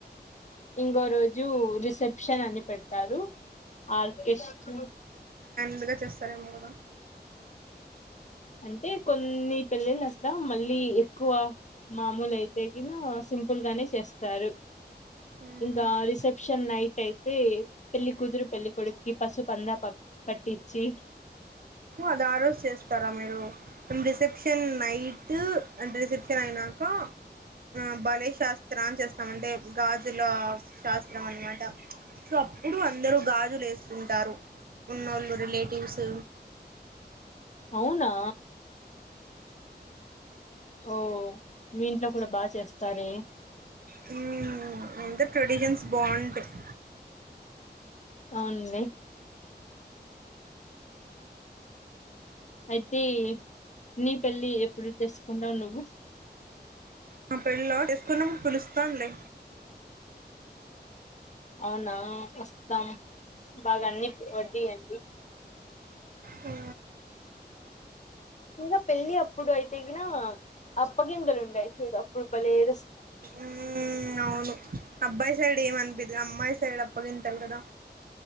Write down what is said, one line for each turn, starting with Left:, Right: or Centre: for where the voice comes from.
Left: ఇంకో రోజు రిసెప్షన్ అని పెడతారు. ఆర్కెస్ట్రా
Right: డ్ గా చేస్తారేమో గాదా
Left: అంటే కొన్ని పెళ్ళిళ్ళు అట్లా మళ్ళీ ఏక్ క్కువ మామూలు అయితే ఇలా సింపుల్ గానే చేస్త స్తరు
Right: ఉమ్,
Left: ఇంకా రిసెప్షన్ నైట్ అయితే పెళ్లి కుతురు పెళ్ళికోడుక్కి పసు పంద ప పట్టి చ్చి
Right: అది ఆ రోజు చేస్తారా మీరు రిసెప్షన్ నైట్ అంట రిసెప్షన్ అయినాక ఆ బలే శాస్త్ర అని చేస్తాం. అంటే గాజుల శాస్త్ర స్త్రం. అన్నమాట సో అప్పుడు అందరు గాజులు ఏసుకుంటారు. ఉన్నోళ్ళు రిలేటివ్స్
Left: అవునా ఓ మీ ఇంట్లో కూడా బాగా చేస్తారే
Right: హ్ అంత ట్రెడిషన్స్ బాగుంటాయి. వో
Left: అవునండి. అయితే నీ పెళ్లి ఎప్పుడు చెస్సుకుంటావు నువ్వు
Right: నా పెళ్ళ చేసుకున్నాప్పుడు పీలుస్తా లే
Left: అవునా కం బాగా అన్ని వడ్డీయండి.
Right: ఆ
Left: ఇంగా పెళ్ళి అప్పుడు అయితే గిన అప్పగింతలు ఉంటయి. చూద్దాం అప్పుడు బలే ఏడు
Right: ఉ అవును అబ్బాయి సైడ్ ఏం అనిపియాది అమ్మాయి సైడ్ అప్పగింత తలు గాదా